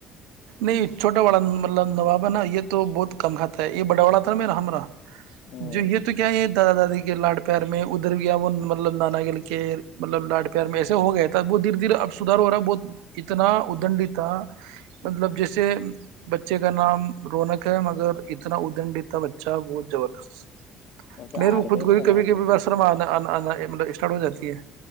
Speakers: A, on the right; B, on the left.
A: نہیں چھوٹا والا مطلب نوابا نا یہ تو بہت کم کھاتا ہے یہ بڑا والڑا تھا نا میرا ہم رہا
B: ہ
A: جو یہ تو کیا ہے دادا دادی کے لاڈ پ پار میں ادھر گیا وہ مطلب نانا گل کے مطلب لاڈ پیار میں ایسے ہو گیا تھا وہ دھیرے دھیر اب سدار ہو رہا بہت اتنا ادنڈتا مطلب جیسے بچے کا نام رونق ہے مگر اتنا ادنڈتا بچہ بہت زبردست
B: ویسے
A: میر
B: آر
A: رو خود
B: پہ اس
A: کوئی
B: کا نام
A: کبھی کبھی
B: بھی
A: بسرم آ آنا ط اسٹارٹ ہو جاتی ہے